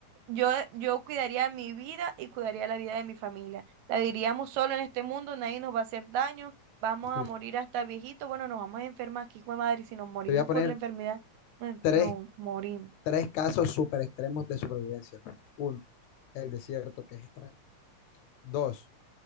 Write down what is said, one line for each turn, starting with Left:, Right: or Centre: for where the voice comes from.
Right: Yo, yo cuidaría mi vida y cuidaría la vida de mi familia. La viviríamos solo en este mundo, nadie nos va a hacer daño, vamos
Left: Mira,
Right: a morir hasta viejitos. Bueno, nos vamos a enfermar aquí, hijo de madre, y si nos morimos
Left: te voy a poner
Right: por la enfermedad, nos,
Left: tres,
Right: nos morimos.
Left: tres casos super extremos de supervivencia. Uno, el desierto, que es extremo. Dos,